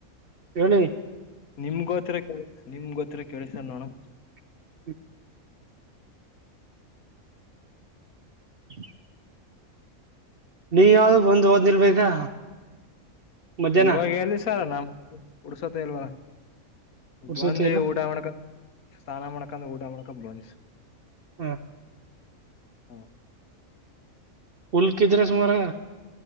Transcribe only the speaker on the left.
ನಿಮಗೋತ್ರ ಕ ನಿಮ್ ಗೋತ್ರ ಕೇಳಿಸ ನೋನು
ಇವಾಗ ಎಲ್ಲಿ ಸರ ನಮ್ ಉಡ್ಸೊತ್ತ ಇಲ್ವ
ಬಂದಿ
ಊಟ ಮಾಡ್ಕ ಸ್ನಾನ ಮಾಡ್ಕಂದ ಊಟ ಮಾಡ್ಕೊಂಡ್ ಬಂದ್
ಹಾ